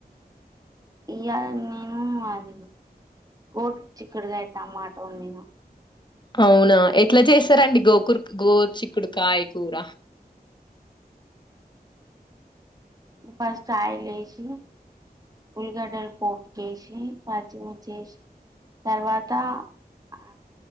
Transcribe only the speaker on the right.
ఇయాల నేను అది. గోర్ చిక్క్కడుగాయ టమాట వండిన.
ఫస్ట్ ఆయిలేసి. ఉల్గడ్డల్ పోపుకేసి పచ్చిమిర్చేసి. తర్వాత ఆ